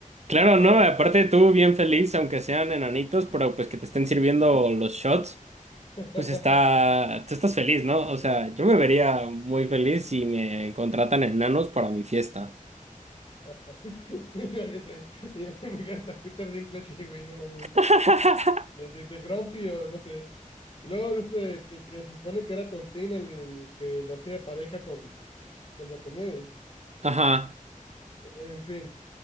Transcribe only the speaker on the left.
Ah.
<laughs>
No, ni sé. Y me encanta Peter Dinklage, güey, no mames.
de, de, de Grumpy o no sé. Y luego este, que, que se supone que era Tontín el, el que le hacía pareja con, con Blancanieves.
E- En fin,